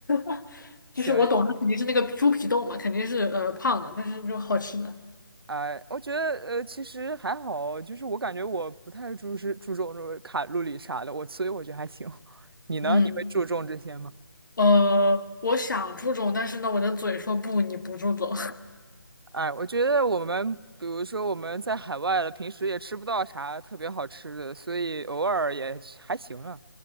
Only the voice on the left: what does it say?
<laughs>
就是我懂，它肯定是那个猪皮冻嘛，肯定是呃胖的，但是就好吃的。
嗯，
呃，我想注重，但是呢，我的嘴说不，你不注重。<laughs>